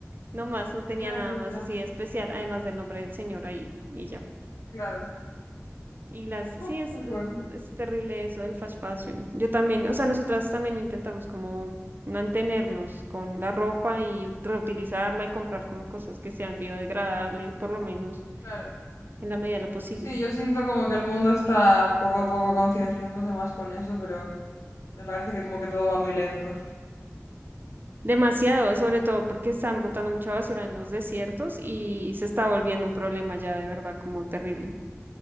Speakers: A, on the right; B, on the left.
A: no más, no tenía
B: ya,
A: nada
B: ya,
A: más
B: ya.
A: así de especial, además del nombre del señor ahí y ya.
B: Claro.
A: Y las, sí,
B: Oh,
A: es,
B: qué
A: mm,
B: fuerte.
A: es terrible eso del fast fashion. Yo también, o sea, nosotras también intentamos como mantenernos con la ropa y reutilizarla y comprar como cosas que sean biodegradables, por lo menos
B: Claro.
A: en la medida de lo posible.
B: Sí, yo siento como que el mundo está poco a poco concienciándose más con eso, pero me parece que como que todo va muy lento.
A: Demasiado, sobre todo porque están botando mucha basura en los desiertos y se está volviendo un problema ya de verdad como terrible.